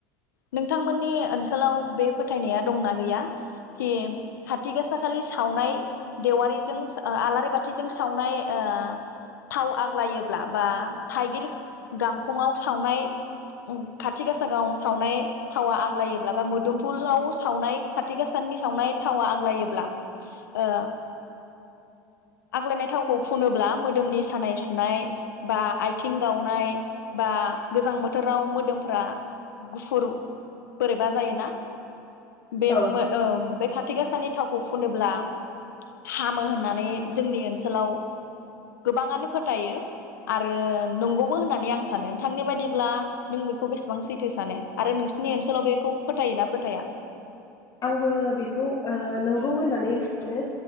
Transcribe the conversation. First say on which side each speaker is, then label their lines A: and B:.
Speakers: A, on the left (about 85°); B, on the left (about 35°).
A: नोंथांमोननि ओनसोलाव बे फोथायनाया दंना गैया कि खाथि गासा खालि सावनाय देवारिजों आलारि बाथिजों सावनाय ओ थाव आग्लायोब्ला बा थाइगिर गांखंआव सावनाय खाथि गासा गावस सावनाय थावा आग्लायोब्ला बा मोदोमफुलाव सावनाय खाथि गासाननि सावनाय थावा आग्लायोब्ला ओ आग्लायनाय थावखौ फुनोब्ला मोदोमनि सानाय सुनाय बा आथिं गावनाय बा गोजां बोथोराव मोदोमफ्रा गुफुर बोरैबा जायोना बे
B: औ
A: मो ओम खाथि गा सानि थाव खौ फुनोब्ला हामो होननानै जोंनि ओनसोलाव गोबाङानो फोथायो आरो नंगौबो होननानै आं सानो नोंथांनि बायदिब्ला नों बेखौ बेसेबां सै थो सानो आरो नोंसोरनि ओनसोलाव बेखौ फोथायो ना फोथाया?
B: आंबो बेखौ ओ नंगौ होननानै सानो